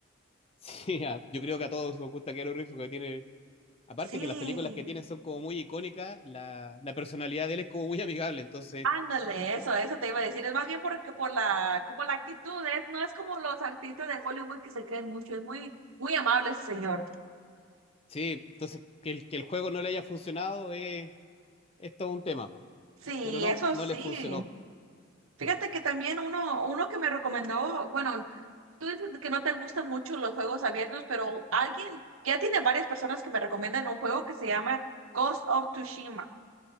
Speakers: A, on the left (about 30°); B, on the right (about 85°).
A: Sí, a- yo creo que a todos nos gusta Keanu Reeves porque tiene Aparte
B: Sí.
A: que las películas que tiene son como muy icónicas, la, la personalidad de él es como muy amigable, entonces,
B: Ándale, eso, eso te iba a decir. Es más bien porque por la, como la actitud, es, no es como los artistas de Hollywood que se creen mucho, es muy, muy amable ese señor.
A: sí, entonces que el, que el juego no le haya funcionado es, es todo un tema,
B: Sí,
A: pero no,
B: eso
A: no
B: sí.
A: le funcionó.
B: Fíjate que también uno, uno que me recomendó, bueno, tú dices que no te gustan mucho los juegos abiertos, pero alguien, ya tiene varias personas que me recomiendan un juego que se llama Ghost of Tsushima.